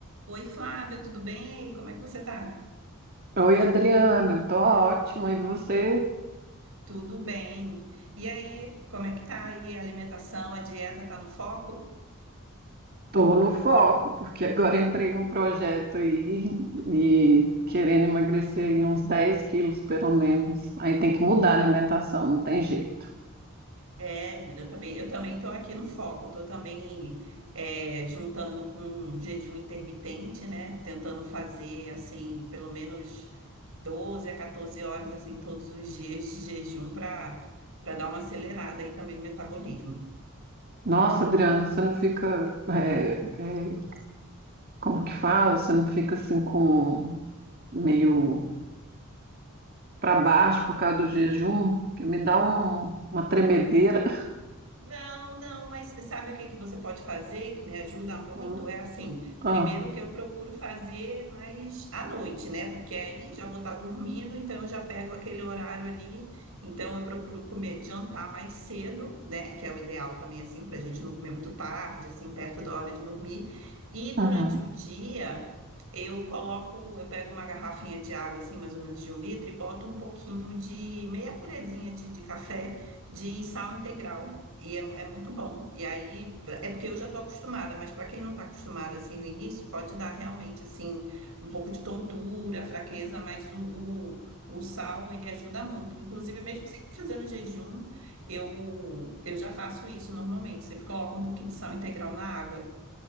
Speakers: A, on the right; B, on the right.
A: Oi, Flávia, tudo bem? E aí, como é que você tá?
B: Oi, Adriana, eu tô ótima. E você?
A: Tudo bem. E aí, como é que tá aí a alimentação, a dieta tá no foco?
B: Tô no foco, porque agora entrei num projeto aí e querendo emagrecer aí uns 10 quilos, pelo menos. Aí tem que mudar a alimentação, não tem jeito.
A: É, menina, eu também, eu também tô aqui no foco, tô também é, juntando com um jejum intermitente, né? Tentando fazer, assim, pelo menos 12 a 14 horas, assim, todos os dias de jejum para para dar uma acelerada aí também no metabolismo.
B: Nossa, Adriana, você não fica, é, é, como que fala? Você não fica assim com meio pra baixo por causa do jejum? Que me dá um- uma tremedeira.
A: Não, não, mas sabe o que que você pode fazer que me ajuda muito?
B: <laughs>
A: É assim, primeiro
B: Ah,
A: que eu procuro fazer mais à noite, né? Porque aí já vou estar dormindo, então eu já pego aquele horário ali, então eu procuro comer, jantar mais cedo, né? Que é o ideal também, assim, para a gente não comer muito tarde, assim, perto da hora de dormir. E durante
B: uhum.
A: o dia. Eu coloco, eu pego uma garrafinha de água, assim, mais ou menos de um litro, e boto um pouquinho de meia colherzinha de, de café de sal integral. E é, é muito bom. E aí, é porque eu já estou acostumada, mas para quem não está acostumada assim no início, pode dar realmente assim um pouco de tontura, fraqueza, mas o, o, o sal ele ajuda muito. Inclusive, mesmo sempre fazendo jejum, eu, eu já faço isso normalmente. Sempre coloco um pouquinho de sal integral na água.